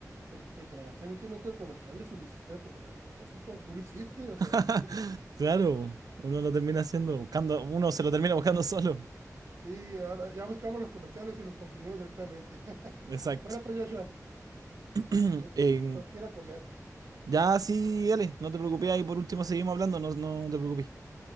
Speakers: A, on the right (about 60°); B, on the right (about 75°).
A: te, te tragaste 20 minutos de comerciales y lo hiciste eh, a propósito, tú lo hiciste, o sea,
B: <laughs>
A: no te lo-
B: Claro, uno lo termina haciendo, buscando, uno se lo termina buscando solo.
A: Sí, ahora ya buscamos los comerciales y los consumimos directamente. <laughs>
B: Exacto.
A: Bueno, pues Joshua,
B: <clears throat>
A: eh,
B: En-
A: tengo que ir a comer.
B: Ya, sí, dale, no te preocupes ahí, por último seguimos hablando, no, no te preocupes.